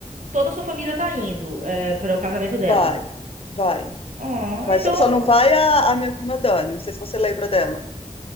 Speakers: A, on the right; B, on the left.
A: toda a sua família tá indo eh, para o casamento dela.
B: vai, vai,
A: Ah,
B: vai.
A: então.
B: Só, só não vai a, a minha prima Dani, não sei se você lembra dela.